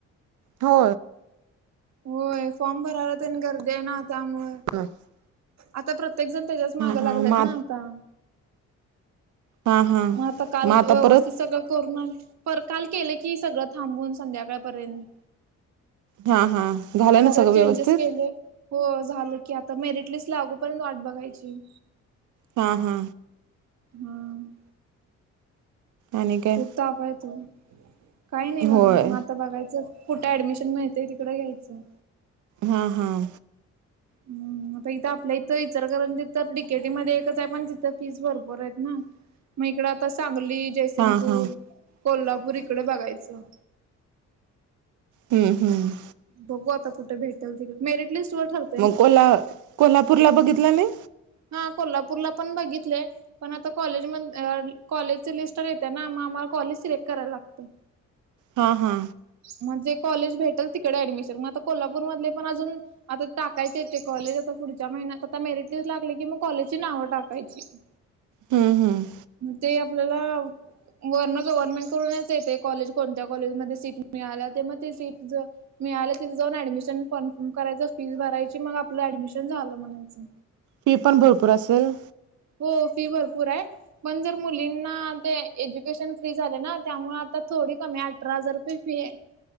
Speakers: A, on the right; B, on the right.
A: हो
B: होय फॉर्म भरायला त्यांनी गर्दी आहे ना त्यामुळे
A: हा
B: आता प्रत्येक जण त्याच्याच मागं
A: हा
B: लागलात
A: मा
B: ना आता
A: हा हा
B: मग आता काल
A: आता
B: व्यवस्थित
A: परत
B: सगळं करून आले पर काल केलं की सगळं थांबून संध्याकाळपर्यंत
A: हा हा झालं
B: परत
A: ना सगळं
B: चेंजेस
A: व्यवस्थित
B: केले हो झालं की आता मेरिट लिस्ट ला अगोपर्यंत वाट बघायची
A: हा हा
B: हम
A: आणि काय
B: खूप ताप आहे तो काही नाही बघा
A: होय
B: ह आता बघायचं कुठे ऍडमिशन मिळतंय य तिकं घ्यायचं
A: हां हां
B: हम्म आता इथं आपल्या इथं इचार कर तर तिकेटीमध्ये एकच आहे पण तिथं फीस भरपूर आहेत ना मग इकड आता सांगली जयसिंगपूर
A: हा हा
B: कोल्हापूर इकडे बघायचं
A: हम्म हम्म
B: बघू आता कुठे भेटेल त मेरिट लिस्टर ठरत
A: मग कोल्हा कोल्हापूरला बघितला नाही
B: हा कोल्हापूरला पण बघितलंय पण आता कॉलेज म कॉलेजचे लिस्ट येत आहे ना आम्हाला कॉलेज सिलेक्ट करायला लागतं
A: हा हा
B: म्हणजे कॉलेज भेटेल तिकडे ऍडमिशन मग आता कोल्हापूर मधले पण अजून आता टाकायच येते कॉलेज आता पुढच्या महिन्यात आता मेरिट लिस्ट लागली की मग कॉलेजची नावं टाकायची ह
A: हम्म हम्
B: मग ते आपल्याला वरण गव्हर्नमेंट करूनच येते कॉलेज कोणत्या कॉलेजमध्येध्ये सीट मिळाल्या ते मग ते सीट मिीळालं तिथे जाऊन ऍडमिशन कन्फर्म करायचं फीस भरायची मग आपलं ऍडमिशन झालं म्हणायचं
A: फी पण भरपूर असेल
B: हो फी भरपूर आहे पण जर मुलींना ते एज्युकेशन फ्री झाले ना त्यामुळे आता थोडी कमी अठरा हजार रुपये फी आहे